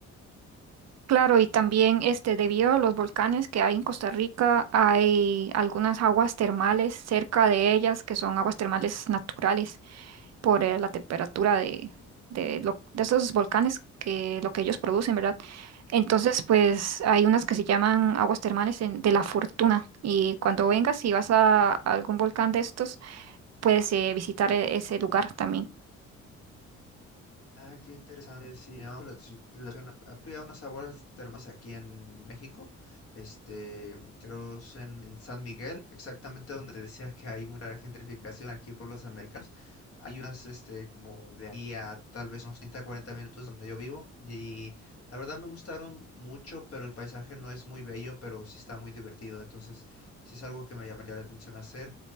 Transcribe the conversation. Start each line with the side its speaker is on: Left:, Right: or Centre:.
Right: Claro, y también este, debido a los volcanes que hay en Costa Rica, hay algunas aguas termales cerca de ellas que son aguas termales naturales. por eh, la temperatura de, de, lo- de esos volcanes que lo que ellos producen, ¿verdad? Entonces, pues hay unas que se llaman aguas termales en- de la fortuna y cuando vengas y vas a algún volcán de estos, puedes eh, visitar e- ese lugar también.
Left: Ah, qué interesante. Sí, llamamos la atsi- la atención. Ha ha habido unas aguas termales aquí en México. Este, creo es en, en San Miguel, exactamente donde te decía que hay mucha gentrificación aquí por los americanos. Hay unas, este, como de aquí a tal vez unos 30, 40 minutos donde yo vivo. Y la verdad me gustaron mucho, pero el paisaje no es muy bello, pero sí está muy divertido. Entonces, sí es algo que me llamaría la atención hacer.